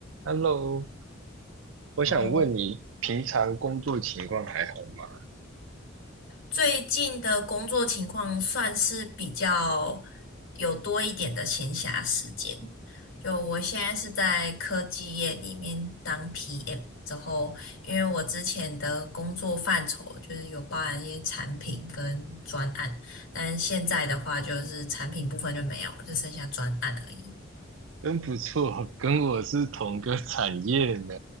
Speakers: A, on the right; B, on the left.
A: Hello，我想问你，
B: 哦，
A: 平常工作情况还好吗？
B: 最近的工作情况算是比较有多一点的闲暇时间。就我现在是在科技业里面当 PM，之后因为我之前的工作范畴就是有包含一些产品跟专案，但现在的话就是产品部分就没有了，就剩下专案而已。
A: 真不错，跟我是同个产业呢。